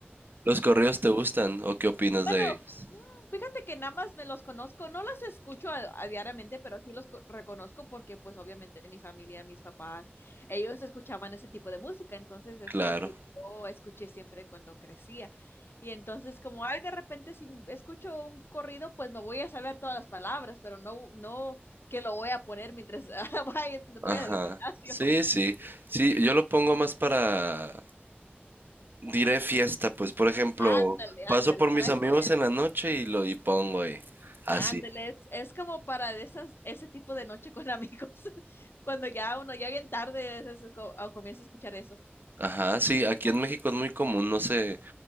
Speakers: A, on the right (about 55°); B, on the left (about 65°).
A: ¿Los corridos te gustan o qué opinas
B: Bueno,
A: de ellos?
B: mm, fíjate que nada más me los conozco, no los escucho a, a diariamente, pero sí los co- reconozco porque pues obviamente mi familia, mis papás, ellos escuchaban ese tipo de música, entonces es
A: Claro.
B: lo que yo escuché siempre cuando crecía. Y entonces como, ay, de repente si escucho un corrido, pues me voy a saber todas las palabras, pero no, no que lo voy a poner mientras <laughs> vaya-
A: Ajá.
B: voy al gimnasio.
A: Sí, sí. Sí, yo lo pongo más para, diré fiesta, pues, por ejemplo,
B: Ándale,
A: paso
B: ándale,
A: por
B: para
A: mis amigos
B: eso es.
A: en la noche y lo y pongo ahí. Así.
B: Ándale, es, es como para de esas, ese tipo de noche con amigos, <laughs> cuando ya uno ya bien tarde es- es co- o comienza a escuchar eso.
A: Ajá, sí, aquí en México es muy común, no sé,